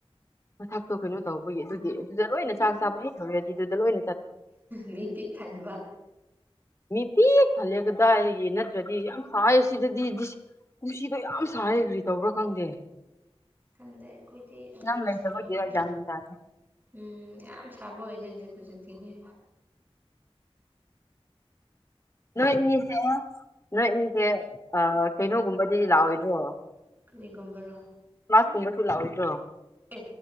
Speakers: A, on the left; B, on the right.
A: ꯃꯊꯛꯇꯣ ꯀꯩꯅꯣ ꯇꯧꯕꯒꯤ ꯑꯗꯨꯗꯤ
B: ꯎꯝ
A: ꯑꯗꯨꯗ ꯂꯣꯏꯅ
B: ꯑꯗꯨꯒꯤ
A: ꯆꯥꯛ ꯆꯥꯕ ꯑꯗꯨꯗ ꯂꯣꯏꯅꯦ
B: ꯃꯤ ꯄꯤꯛ ꯊꯟꯕ
A: ꯃꯤ ꯄꯤ ꯈꯜꯂꯦ ꯀꯗꯥꯏꯒꯤ ꯅꯠꯇ꯭ꯔꯗꯤ ꯌꯥꯝ ꯁꯥꯏ ꯁꯤꯗꯗꯤ ꯄꯨꯟꯁꯤꯗꯣ ꯌꯥꯝ ꯀꯔꯤ ꯇꯧꯕ꯭ꯔꯥ ꯈꯪꯗꯦ
B: ꯈꯪꯗꯦ ꯑꯩꯈꯣꯏꯗꯤ ꯍꯧꯖꯤꯛ
A: ꯅꯪ
B: ꯍꯧꯖꯤꯛꯀꯤ
A: ꯂꯩꯇꯕꯒꯤꯔ
B: ꯑꯩꯗꯤ
A: ꯒ꯭ꯌꯥꯟ ꯃꯦꯟ ꯇꯥꯗꯦ
B: ꯎ ꯌꯥꯝ ꯁꯥꯕ ꯑꯣꯏꯗꯦ ꯍꯧꯖꯤꯛ ꯍꯧꯖꯤꯛꯇꯤꯅꯦ
A: ꯅꯣꯏ ꯏꯅꯤꯁꯦ ꯅꯣꯏ ꯑꯅꯤꯁꯦ ꯑ ꯀꯩꯅꯣꯒꯨꯝꯕꯗꯤꯗꯤ ꯂꯥꯛꯑꯣꯏꯗ꯭ꯔꯣ
B: ꯀꯔꯤꯒꯨꯝꯕꯔꯣ
A: ꯃꯥꯁꯀꯨꯝꯕꯁꯨ ꯂꯥꯛꯑꯣꯏꯗ꯭ꯔꯣ
B: ꯑꯦ